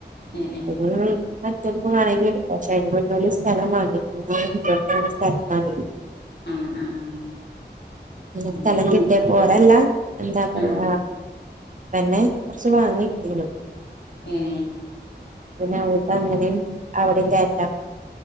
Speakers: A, on the left; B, on the right.
A: ഏഹ് ഏഹ്
B: അ വേണെങ്കിൽ എക്ക പക്ഷെ അതിന് മുന്ന സ്ഥലം വാങ്ങി മ സ്ഥല വങ്ങരുന്നു
A: ആഹ് ആഹ് ആഹ് അങ്ങനെ
B: സ്ഥല കിട്ടേ പോരല്ല എന്താ പറയാ
A: ആഹ്
B: ഇന്നെ കുറച്ച് വാങ്ങി കിട്ടീനു
A: എഹ്
B: പിന്നെ അവൾക്ക് അങ്ങനേും അവിടെയും ചേറ്റാം